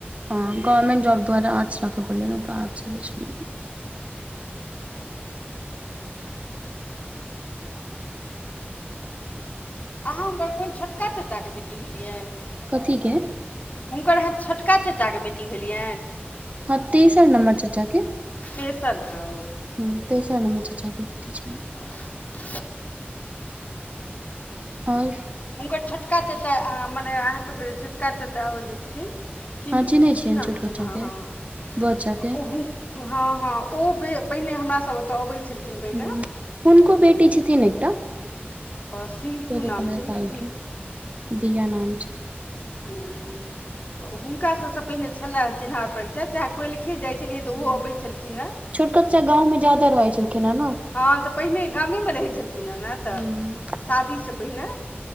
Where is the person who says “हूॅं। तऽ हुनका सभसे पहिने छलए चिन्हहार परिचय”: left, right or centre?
Left